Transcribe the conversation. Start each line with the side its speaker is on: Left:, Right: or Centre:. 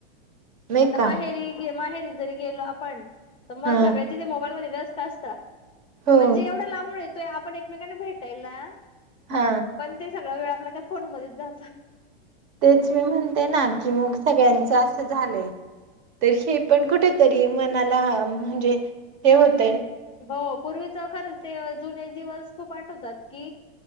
Right: नाय
Left: आता
Right: का
Left: माहेरी माहेरी जरी गेलो आपण. तर मग
Right: हा
Left: सगायचीथे मोबाईलमध्ये वस्त्य. तसता
Right: हो
Left: म्हणजे एवढा लांबून येत आपण एकमेकांना भेट टायला.
Right: हा
Left: पण ते सगळा वेळ आपल्या फोन मध्ये जा
Right: तेच मी म्हणते ना की मग सगळ्यांच झालंय तर हे पण कुठेतरी मनाला म्हणजे हे होत
Left: हो पूर्वीच खरंच ते जुनेच दिवस खूप आठवतात कि